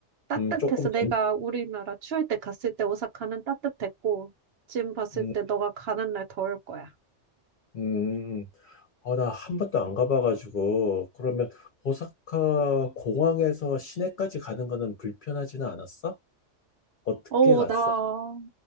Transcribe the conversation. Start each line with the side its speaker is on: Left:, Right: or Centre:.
Right: 따뜻해서
Left: 음, 조금
Right: 내가
Left: 남,
Right: 우리나라 추울 때 갔을 때 오사카는 따뜻했고, 지금 봤을
Left: 음.
Right: 때 너가 가는 날 더울 거야.
Left: 음, 어, 나 한 번도 안 가봐가지고, 그러면 오사카 공항에서 시내까지 가는 거는 불편하지는 않았어? 어떻게
Right: 어,
Left: 갔어?
Right: 나